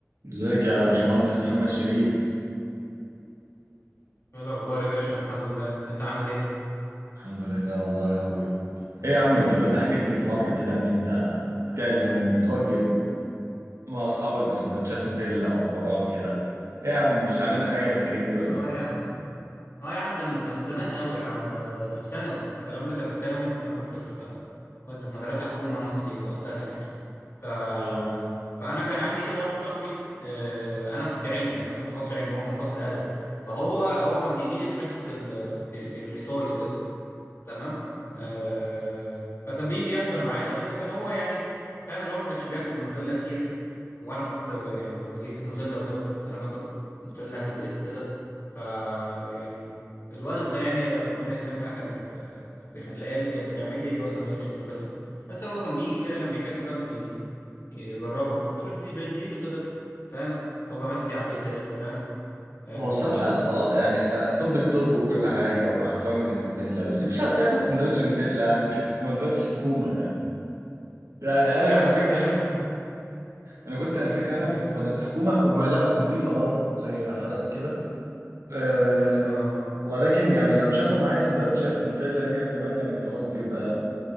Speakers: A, on the right; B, on the left.
A: ازيك يا باشمهندس محمد شيرين
B: ايه الاخبار يا باشا انا الحمد لله انت عامل ايه
A: الحمد لله والله يا اخويا ايه يا عم انت كنت حكيت لي في مره كده ان انت بتعزم وبتوجب مع اصحابك بسندوتشات نوتيلا وحوارات كده ايه يا عم مش علينا حاجه من الحاجات دي ولا
B: اه
A: ايه
B: يا عم اه يا عم ده من ده من زمان قوي يا عم ده ده, ده في ثانوي الكلام ده كان في ثانوي انا كنت في كنت في مدرسه حكومه انا اصلي وقتها يعني ف
A: اه
B: فانا كان عندي كده واحد صاحبي آه، انا كنت علمي انا كنت فصل علمي وهو كان فصل ادبي فهو هو كان بيجي لي في حصه ال- الايطالي وكده تمام آه فكان بيجي يحضر معايا وكده فكان هو يعني فاهم اللي هو ما كانش بياكل نوتيلا كتير وانا كنت ب- يعني ب- بجيب نوتيلا وكده كنت انا باكل نوتيلا في البيت وكده ف يعني الوالده يعني ربنا يكرمها كانت آه، بيخليها لي كانت بتعمل لي اللي هو سندوتش النوتيلا ده بس هو كان بيجي كده كان بيحب فاهم ي- يجربه فكنت بدي بديله كده فاهم هو بمسي عليه كده انت فاهم آه
A: هو الصراحه يا اسطى يعني آه، طب الطب وكل حاجه ومع احترامي للنوتيلا بس مش حد ياخد سندوتش نوتيلا يعني <laughs> في مدرسه حكومه يعني يعني انا
B: يا عم
A: انا فاكر
B: آه،
A: ان انا كنت انا كنت انا فاكر ان
B: يعني
A: انا كنت في مدرسه حكومه ولا ونظيفه برضه زي حالتك كده أه
B: اه
A: ولكن يعني لو شافوا معايا سندوتشات نوتيلا دي احتمال يعني خلاص يبقى